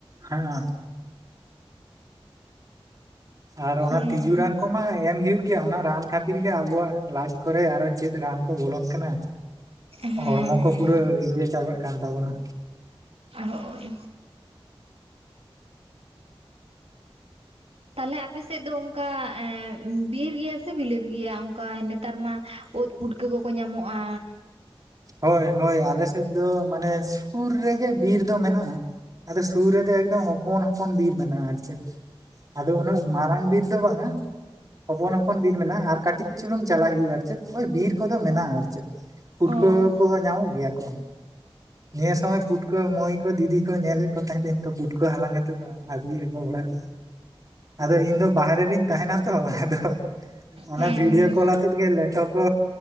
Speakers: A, on the right (about 35°); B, on the right (about 85°).
A: ᱦᱮᱸᱜ ᱮ <inaudible> ᱟᱨ ᱚᱱᱟ
B: ᱦᱮᱸ
A: ᱛᱤᱡᱩ ᱨᱟᱱ ᱠᱚᱢᱟ ᱮᱢ ᱦᱩᱭᱩᱜᱼᱼ ᱜᱤᱭᱟ ᱚᱱᱟ ᱨᱟᱱ ᱠᱷᱟᱹᱛᱤᱨ ᱜᱮ ᱟᱵᱚᱣᱟᱜ ᱞᱟᱡ ᱠᱚᱨᱮ ᱟᱨᱚ ᱪᱮᱫ ᱨᱟᱱ ᱠᱚ ᱵᱚᱞᱚᱱ ᱠᱟᱱᱟ᱾
B: ᱦᱮᱸ
A: ᱦᱚᱲᱢᱚ
B: ᱦᱮᱸ
A: ᱠᱚ ᱯᱩᱨᱟᱹ ᱤᱭᱟᱹ ᱪᱟᱵᱟᱜ ᱠᱟᱱ ᱛᱟᱵᱚᱱᱟ᱾
B: ᱟ ᱦᱳᱭ᱾ ᱛᱟᱦᱚᱞᱮ ᱟᱯᱮᱥᱮᱫ ᱫᱚ ᱚᱱᱠᱟ ᱮ ᱵᱤᱨ ᱜᱮᱭᱟ ᱥᱮ ᱵᱤᱞᱟᱹᱛ ᱜᱮᱭᱟ? ᱚᱱᱠᱟ ᱱᱮᱛᱟᱨ ᱢᱟ ᱳᱫ ᱯᱩᱴᱠᱟᱹ ᱠᱚᱠᱚ ᱧᱟᱢᱚᱜᱼᱟ᱾
A: ᱦᱳᱭ ᱦᱳᱭ ᱟᱞᱮ ᱥᱮᱫ ᱫᱚ ᱢᱟᱱᱮ ᱥᱩᱨ ᱨᱮᱜᱮ ᱵᱤᱨ ᱫᱚ ᱢᱮᱱᱟᱜᱼᱟ᱾ ᱟᱫᱚ ᱥᱩᱨ ᱨᱮᱫᱚ ᱮᱠᱫᱚᱢ ᱦᱚᱯᱚᱱ ᱦᱚᱯᱚᱱ ᱵᱤᱨ ᱢᱮᱱᱟᱜᱼᱟ ᱟᱨ ᱪᱮᱫ᱾ ᱟᱫᱚ ᱩᱱᱟᱹᱜ ᱢᱟᱨᱟᱝ ᱵᱤᱫ ᱫᱚ ᱵᱟᱝ-ᱟ᱾ ᱦᱚᱯᱚᱱ ᱦᱚᱯᱚᱱ ᱵᱤᱨ ᱢᱮᱱᱟᱜᱼᱟ ᱟᱨ ᱠᱟᱹᱴᱤᱡ ᱪᱩᱞᱩᱝ ᱪᱟᱞᱟᱜ ᱦᱩᱭᱩᱜᱼᱟ ᱟᱨ ᱪᱮᱫ ᱳᱭ ᱵᱤᱨ ᱠᱚᱫᱚ ᱢᱮᱱᱟᱜᱼᱟ ᱟᱨ ᱪᱮᱫ᱾
B: ᱚ
A: <unintelligible> ᱠᱚ ᱧᱟᱢᱚᱜ ᱜᱮᱭᱟ ᱠᱚ᱾ ᱱᱮᱥ ᱦᱚᱸ ᱯᱩᱴᱠᱟᱹ ᱢᱟᱹᱭ ᱠᱚ ᱫᱤᱫᱤ ᱠᱚ ᱧᱮᱞᱮᱫ ᱠᱚ ᱛᱟᱦᱮᱸᱫᱟᱹᱧ ᱛᱚ ᱯᱩᱴᱠᱟᱹ ᱦᱟᱞᱟᱝ ᱟᱛᱮᱫ ᱫᱚ᱾ ᱟᱹᱜᱩᱭᱟᱠᱚ ᱚᱲᱟᱜ ᱟᱫᱚ ᱤᱧ ᱫᱚ ᱵᱟᱦᱨᱮ ᱨᱤᱧ ᱛᱟᱦᱮᱱᱟ ᱛᱚ ᱟᱫᱚ᱾ ᱚᱱᱟ
B: ᱦᱮᱸ
A: ᱵᱷᱤᱰᱭᱳ
B: ᱦᱮᱸ
A: ᱠᱚᱞ ᱟᱛᱮ ᱜᱮ ᱞᱮᱴᱚ ᱠᱚ